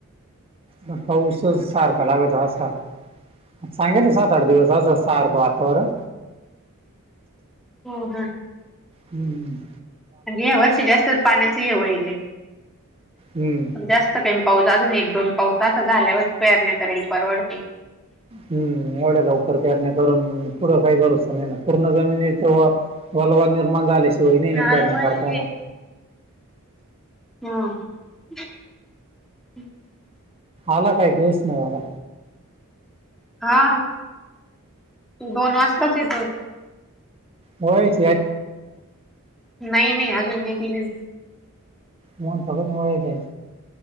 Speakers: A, on the right; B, in the centre.
A: मका पाऊसच सारखा लागत असा. सांगेल सात आठ दिवस असं स अर्थ वातावरण.
B: हो ह.
A: हम्मम.
B: अन या वर्षी जास्त पाण्याच हे वईलय.
A: हम्म
B: जास्त काही पाऊस अजून एक दोन पाऊस असा झाल्यावरच पेरण्या करायला परवडते.
A: हम्म एवढ्या लवकर पेरण्या करून पुढं काही भरोसा नाही ना पूर्ण जमिनीचा वा वलवाल निर्माण झाल्याशिवाय नणे
B: मला
A: पेरण्या
B: वह्या
A: करता येनार.
B: ह
A: आला काय कूच ना बाबा.
B: हा दोन वाजताच येतोय.
A: होयच.
B: नाही नाही अजून नाही दिली नाय.
A: मन तघ व गेच.